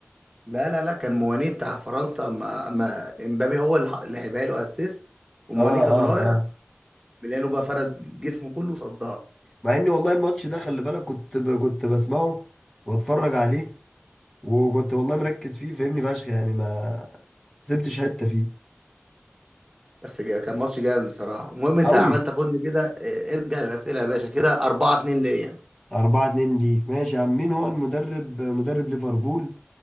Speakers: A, on the right (about 15°); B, on the left (about 20°).
A: لا لا لا كان موانيه بتاع فرنسا ما ما امبابي هو اللي لعبها له اسيست وموانيه
B: اه
A: كان
B: اه
A: رايح
B: اه
A: ميلانو بقى فرد جسمه كله صدها
B: مع اني والله الماتش ده خلي بالك كنت ب... كنت بسمعه واتفرج عليه وكنت والله مركز فيه فاهمني فشخ يعني ما سبتش حتة فيه
A: بس جا- كان ماتش جامد بصراحة المهم انت
B: قوي
A: عمال تاخدني كده اه، ارجع للأسئلة يا باشا كده 4 2 ليا
B: أربعة اتنين ليك ماشي يا عم مين هو المدرب مدرب ليفربول